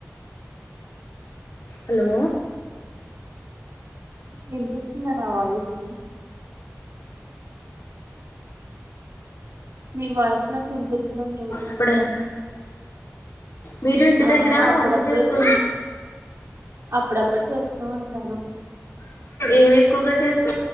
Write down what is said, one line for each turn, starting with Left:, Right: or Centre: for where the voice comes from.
Left: హలో
Right: వినిపిస్తుందా నా వాయిస్ మీ వాయిస్ నాకు వినిపించడం లేదు
Left: ఎప్పుడైనా మీరు ఇంటి
Right: ఆ
Left: దగ్గర
Right: అప్పుడప్పుడు
Left: వంట చేస్తూ
Right: అప్పుడప్పుడు చేస్తూ ఉంటాను
Left: ఏమి ఎక్కువగా చేస్తూ